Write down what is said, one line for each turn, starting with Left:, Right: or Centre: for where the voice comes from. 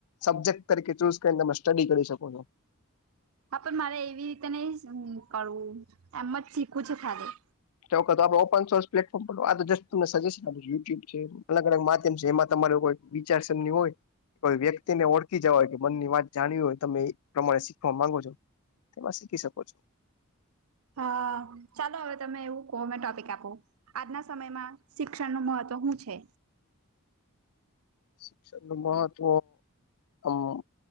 Left: સબ્જેક્ટ તરીકે ચૂઝ કરીને તમે સ્ટડી કરી શકો છો.
Right: હા પણ મારે એવી રીતે નઈ કરવું એમ જ શીખું છે ખાલી.
Left: ચ તો આપડ ઓપન સોર્સ પ્લેટફોર્મ પડ તો જસ્ટ તમને સજેશન આપ યુટ્યુબ છે અલગ અલગ માધ્યમ છે એમાં તમારે કો વિચારસરની હોય કોઈ વ્યક્તિને ઓળખી જવા હોય કે મનની વાત જાણવી હોય તમે એ પ્રમાણે શીખવા માંગો છો. તેમાં શીખી શકો છો.
Right: હા ચાલો હવે તમે એવું કહો અમે ટોપિક આપો. આજના સમયમાં શિક્ષણનું મહત્વ શું છે?
Left: શિક્ષણ નું મહત્વ આમ